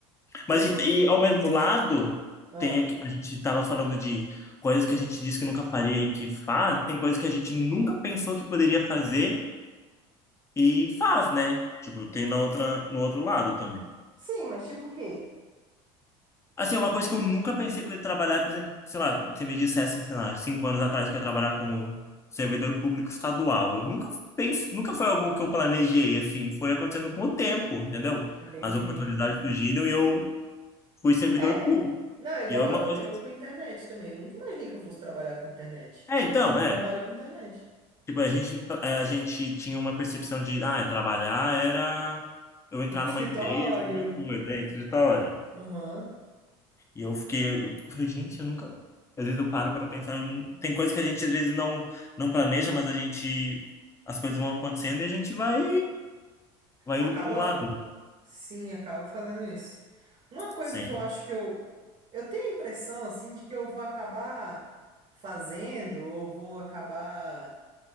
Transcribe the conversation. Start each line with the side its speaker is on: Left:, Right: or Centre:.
Right: dando.
Left: Mas e, e, ao mesmo lado,
Right: Ah.
Left: tem a, a gente estava falando de coisas que a gente disse que nunca faria e que faz, tem coisas que a gente nunca pensou que poderia fazer e faz, né? Tipo, tem na outra, no outro lado também.
Right: Sim, mas tipo o quê?
Left: Assim, é uma coisa que eu nunca pensei que eu ia trabalhar, por exemplo, sei lá, se me dissesse, sei lá, cinco anos atrás que eu ia trabalhar como servidor público estadual. Eu nunca pense, nunca foi algo que eu planejei, assim, foi acontecendo com o tempo, entendeu?
Right: Entendi.
Left: As oportunidades surgiram e eu fui servidor
Right: É.
Left: público.
Right: Não, é igual
Left: E é uma
Right: eu,
Left: coisa
Right: eu
Left: que...
Right: com internet também. Eu nunca imaginei que eu fosse trabalhar com internet.
Left: É, então,
Right: Hoje
Left: é.
Right: eu trabalho com internet.
Left: Tipo, a gente, é, a gente tinha uma percepção de, ah, trabalhar era eu entrar
Right: Ir pro
Left: numa
Right: escritório.
Left: empresa, alguma coisa, é, escritório.
Right: Aham.
Left: E eu fiquei, eu falei, gente, eu nunca... Às vezes eu paro para pensar, eu não- tem coisas que a gente às vezes não, não planeja, mas a gente... As coisas vão acontecendo e a gente vai, vai
Right: Acaba,
Left: indo para um lado. né?
Right: sim, acaba fazendo isso. Uma coisa
Left: Sim.
Right: que eu acho que eu. Eu tenho a impressão, assim, de que eu vou acabar fazendo, ou vou acabar